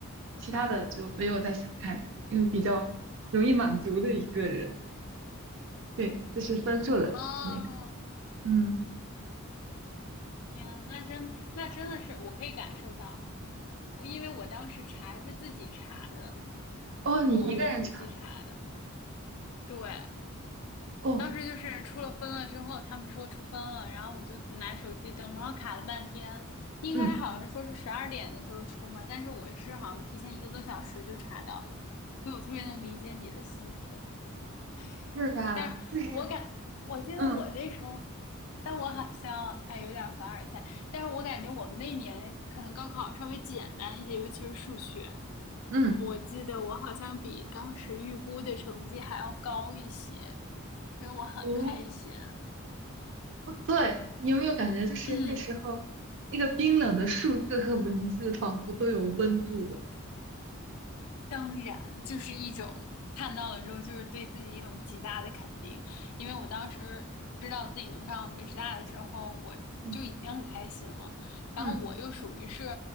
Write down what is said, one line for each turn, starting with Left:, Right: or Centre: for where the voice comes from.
Right: 其他的就没有再想太多，因为比较容易满足的一个人。对，就是分数的那个，
Left: 哦，
Right: 嗯，
Left: 天，那真那真的是我可以感受到，我因为我当时查是自己查的，
Right: 哦，
Left: 就是我是用手机查的，
Right: 你一嗯个人唱，
Left: 对，
Right: 哦，
Left: 当时就是出了分了之后，他们说出分了，然后我就拿手机登，然后卡了半天，应该好像说是十二点的时候出嘛，
Right: 嗯，
Left: 但是我是好像提前一个多小时就查到，了，所以我特别能理解你的心情。<laughs> 哎，
Right: 是吧？
Left: 但是我感，
Right: 就是，
Left: 我记得我那时候，
Right: 嗯
Left: 但我好像哎有点凡尔赛，但是我感觉我们那年可能高考稍微简单一些，尤其是数学，
Right: 嗯，
Left: 我记得我好像比当时预估的成绩还要高一些，所以我很开心。
Right: 哦，哦对，你有没有感觉就是那时候那个冰冷的数字和文字仿佛都有温度了？
Left: 对，<clears throat> 当然，就是一种看到了之后，就是对自己一种极大的肯定。因为我当时知道自己能上北师大的时候，我就已经很开心了。
Right: 嗯
Left: 然后我又属于是，
Right: 嗯